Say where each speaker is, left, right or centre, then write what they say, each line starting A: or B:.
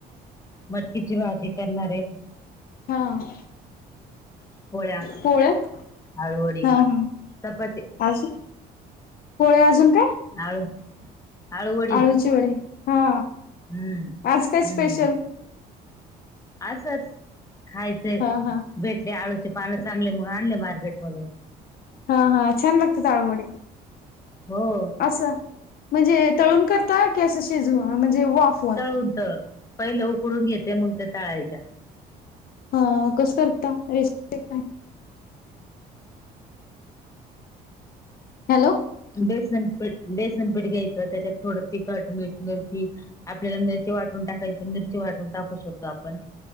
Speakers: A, on the left; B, on the left.
A: मटकीची भाजी करणारे.
B: हां <inaudible>
A: पोळ्या
B: पोळ्या, <inaudible>
A: आळूवडी
B: हा हा
A: चपाती
B: <inaudible> आजून पोळ्या अजून काय?
A: आळू <inaudible> आळूवडी
B: आळूची वडी.
A: <inaudible>
B: हा
A: हम्
B: आज काय
A: ह्.
B: स्पेशल?
A: असंच. खायचंय
B: हा हा.
A: भेटले आळूचे पान चांगले म्हणून आणले मार्केट मधून.
B: हा हा, छान लागतात आळु वडी.
A: हो.
B: असं म्हणजे तळून करता की, असं शिजू म्हणजे वाफ
A: तळून तळ. पहिले उकडून घेते मग ते तळायच्या.
B: हा. कसं करता रे <unintelligible> हॅलो.
A: बेसनपीठ, बेसनपीठ घ्यायचं. त्याच्यात थोडं तिखट, मीठ मिरची आपल्याला मिरचे वाटून टाकायची, मिरची वाटून टाकू शकतो आपण.